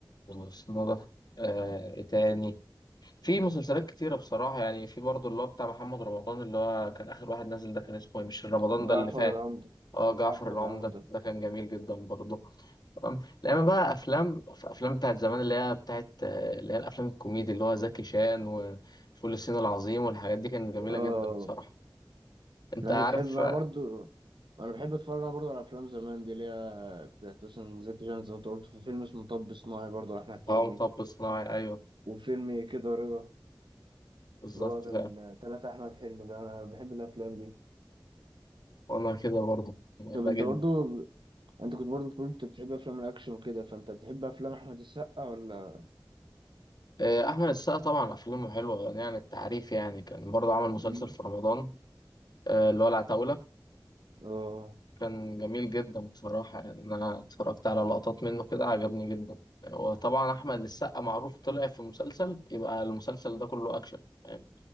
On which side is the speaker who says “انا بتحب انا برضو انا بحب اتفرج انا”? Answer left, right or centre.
Right